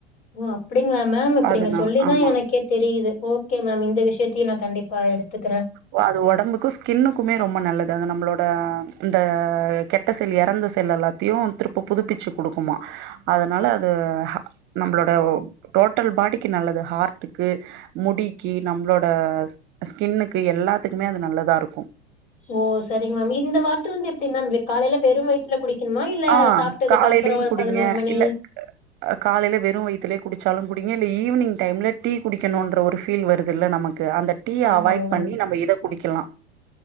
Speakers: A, on the left; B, on the right.
A: ஓ அப்டிங்களா மேம் இப்ப
B: அதனா
A: நீ சொல்லிதா
B: ஆமா
A: எனக்கே தெரியுது ஓகே மேம் இந்த விஷயத்தையு நா கண்டிப்பா எடுத்துக்குறே
B: ஒ அது ஒடம்புக்கு ஸ்கின்னுக்குமே ரொம்ப நல்லது அது நம்மளோட இந்த கெட்ட செல் எறந்த செல் எல்லாத்தையு திருப்ப புதுப்பிச்சு குடுக்குமா அதனால அது நம்பளோட வ் டோட்டல் பாடிக்கு நல்லது ஹார்ட்டுக்கு முடிக்கி நம்ளோட ஸ் கின்னுக்கு எல்லாத்துக்குமே அது நல்லதா இருக்கு
A: ஓ சரிங்க மேம் இந்த வாட்ரு வந்து எப்டி மேம் காலையில வெறு வைத் துல குடிக்கணுமா இல்ல
B: ஆ
A: சாப்ட்டதுக்கு
B: காலையிலயு
A: அப்புறோ ஒரு
B: குடிங்க
A: பதினொரு மணி
B: இல்ல காலையில வெறும் வயித்துலே குடிச்சாலு குடிங்க இல்ல ஈவினிங் டைம்ல டீ குடிக்கணும்ன்ற ஒரு ஃபீல் வருதுல்ல நமக் க்கு அந்த டீ
A: ஆமாங்க
B: அவாய்ட்
A: மேம்.
B: பண்ணி நம்ம இத குடிக்கலா